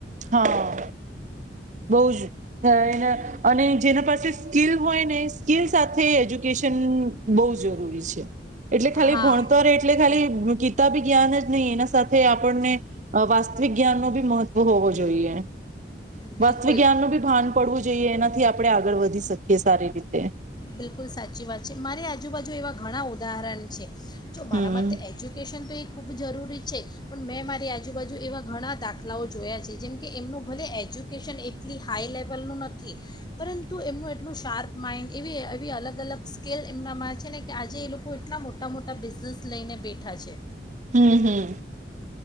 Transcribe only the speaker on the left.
હા
બિલકુલ
બિલકુલ સાચી વાત છે મારી આજુબાજુ એવા ઘણા ઉદાહરણ છે જો મારા
માટે એજ્યુકેશન તો એક ખૂબ જરૂરી છે પણ મેં મારી આજુબાજુ એવા ઘણા દાખલાઓ જોયા છે જેમ કે એમનો ભલે એજ્યુકેશન એટલી હાઈ લેવલનું નથી પરંતુ એમનું એટલું શાર્પ માઇન્ડ એવી એવી અલગ અલગ સ્કેલ એમનામાં છે ને કે આજે એ લોકો એટલા મોટા મોટા બિઝનેસ લઈને બેઠા છે